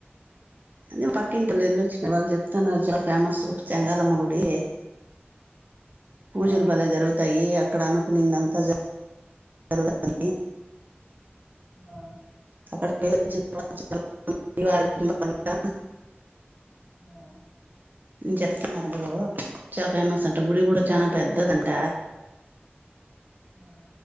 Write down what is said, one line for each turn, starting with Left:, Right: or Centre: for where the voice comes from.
Right: అదే పక్కింటోల్లు వెళ్ళొచ్చినా వాళ్ళు చెప్తాన్నారు చాలా ఫేమస్ చెంగాలమ్మ గుడి పూజలు
Left: ఆ
Right: భలే జరుగుతాయి అక్కడ అనుకునిందంతా జరుగుతయి
Left: ఆ
Right: అక్కడ కి యెల్లోచ్చిన తరువాత చాల <unintelligible>
Left: ఆ
Right: ను చెప్తున్నారు అందరు చాలా ఫేమస్ అంట గుడి కూడా
Left: ఆ
Right: చానా పెద్దదంట
Left: ఆ